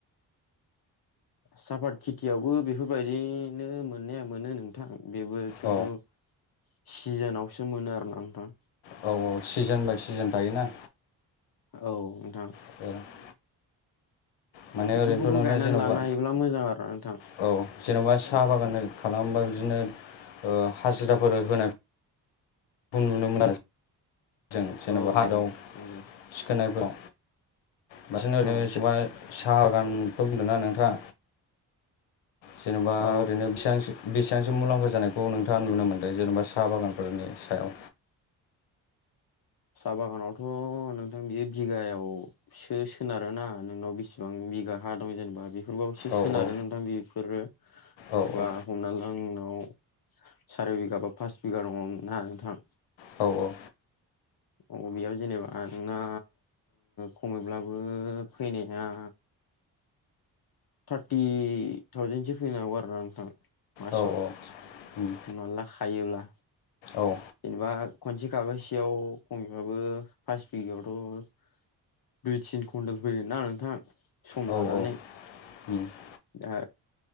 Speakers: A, on the left; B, on the left.
A: सापात खेथियावबो बेफोरबायदिनो मोन मोननाया मोनो नोंथां बेबो खिन्थु
B: औ
A: सिजोनावसो मोनो आरोना नोंथां।
B: औ औ सिजोन बाय सिजोन थायोना
A: औ नोंथां।
B: <unintelligible> माने
A: बेफोरखौबो
B: ओरैनोथ' नोंथां
A: गायनानै
B: जेन'बा
A: लानो हायोब्ला मोजां आरो नोंथां।
B: औ जेन'बा साहा
A: औ
B: बागान
A: औ
B: खालामोबा बिदिनो हाजिराफोर होनाय <unintelligible> जों जेनेबा
A: औ
B: हादाव
A: औ नंगौ
B: सिखोननायफ्राव बांसिन ओरैनो
A: औ
B: जबा साहा गानखौ बुंदों ना नोंथाङा जेनेबा
A: औ
B: ओरैनो बेसेबां बेसेबांसो मुलाम्फा जानायखौ नोंथाङा नुनो मोन्दों जेनेबा साहा बागानफोरनि सायाव
A: साहा बागानावथ' नोंथां बियो बिगायावसो सोनारोना नोंनाव बेसेबां बिसेबां बिगा हा दं जेनेबा बेफोरबावसो
B: औ
A: सोनारो
B: औ
A: नोंथां बेफोरो
B: औ
A: बा
B: औ
A: हमना आंनाव सारिाय बिगा बा पास बिगा दङनो ना नोंथां
B: औ औ
A: बबेयाव जेनेबा नोंना खमैब्लाबो फैनाया थार्टि थावजेनसो फैनांगौ आरोोना नोंथां मासाव
B: औ औ उम
A: उनाव लाख हायोब्ला
B: औ।
A: जेनेबा खनसे खाबासेयाव खमैबाबो फास बिगायावथ' दुइ तिन कुन्टेल फैयोन ना नोंथां सम
B: औ
A: लानानै
B: <inaudible>
A: दा